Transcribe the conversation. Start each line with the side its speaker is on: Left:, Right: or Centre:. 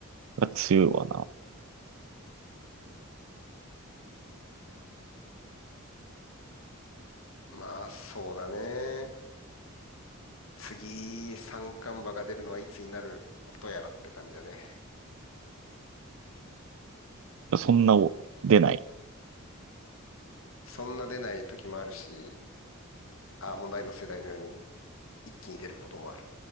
Right: が強いわ
Left: まあ、そうだね。次、三冠馬が出るのはいつになることやらって感じだね。
Right: な。そんなお出ない。
Left: そんな出ない時もあるし、ああ、問題の世代のように一気に出ることもある。